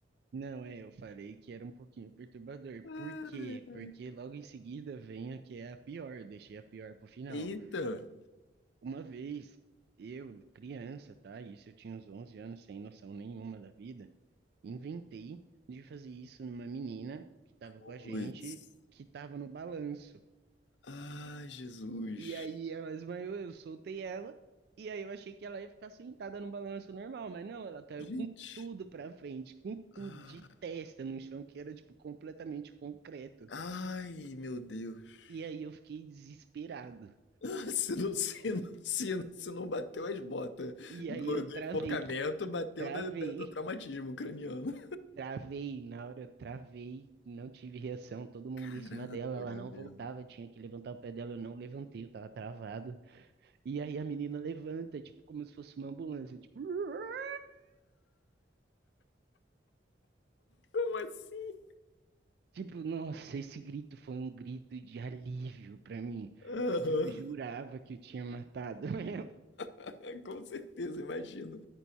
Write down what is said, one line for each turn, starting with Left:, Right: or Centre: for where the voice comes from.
Right: Não, é, eu falei que era um pouquinho perturbador.
Left: Ah,
Right: Por quê? Porque logo em seguida vem a que é a pior, eu deixei a pior pro final.
Left: eita!
Right: Uma vez, eu, criança, tá? Isso eu tinha uns 11 anos, sem noção nenhuma da vida, inventei de fazer isso numa menina que estava
Left: Putz.
Right: com a gente, que estava no balanço.
Left: Ai, Jesus.
Right: E aí ela esbanhou eu soltei ela, e aí eu achei que ela ia ficar sentada no balanço normal, mas não, ela caiu
Left: Gente.
Right: com tudo pra frente, com tudo,
Left: Ah,
Right: de testa no chão, que era, tipo, completamente concreto.
Left: Ai, meu Deus.
Right: E aí eu fiquei desesperado.
Left: <laughs> Se não, se não, se não, se não bateu as botas
Right: E
Left: do,
Right: aí eu
Left: do
Right: travei,
Left: enforcamento, bateu
Right: travei.
Left: da- da- do traumatismo craniano.
Right: Travei na hora, eu travei, não tive reação, todo mundo
Left: Caramba,
Right: em cima dela, ela
Left: Gabriel.
Right: não voltava, eu tinha que levantar o pé dela, eu não levantei, eu tava travado. E aí a menina levanta, tipo, como se fosse uma ambulância, tipo, <laughs> "Uar".
Left: Como assim?
Right: tipo, nossa, esse grito foi um grito de alívio pra mim,
Left: Aham.
Right: porque eu jurava que eu tinha matado <laughs> ela.
Left: <laughs> É, com certeza, imagino.